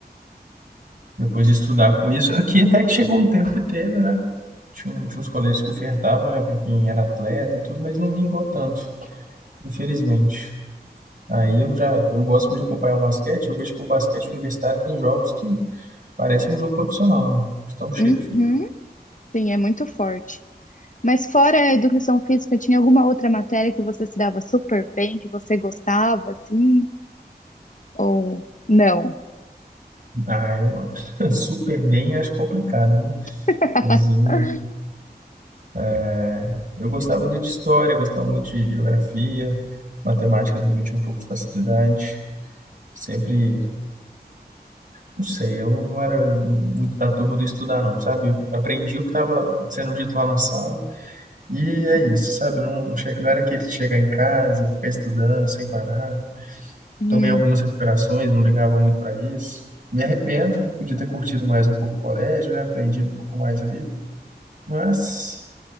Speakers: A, on the right (about 50°); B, on the left (about 50°).
A: depois estudar com isso. Aqui até que chegou um tempo que teve, né? Tinha, um- tinha uns colégios que ofertavam, né, para quem era atleta, tudo, mas não vingou tanto, infelizmente. Aí eu já, eu gosto muito de acompanhar o basquete, eu vejo que o basquete universitário tem jogos que parece um jogo profissional, né? De tão cheio
B: Uhum,
A: que fica.
B: sim, é muito forte. Mas fora a educação física, tinha alguma outra matéria que você se dava super bem, que você gostava, assim? Ou não?
A: Ah, eu acho <laughs> super bem, acho complicado, viu?
B: <laughs>
A: Mas eu, é, eu gostava de de história, gostava muito de geografia, matemática também tinha um pouco de facilidade. Sempre, não sei, eu não era muito da turma do estudar, não, sabe? Eu aprendi o que estava sendo dito lá na sala, e é isso, sabe? Não, não, che- não era aquele de chegar em casa, ficar estudando sem parar.
B: Hum.
A: Tomei algumas recuperações, não ligava muito para isso. Me arrependo, podia ter curtido mais um pouco o colégio, né? Aprendido um pouco mais ali. Mas,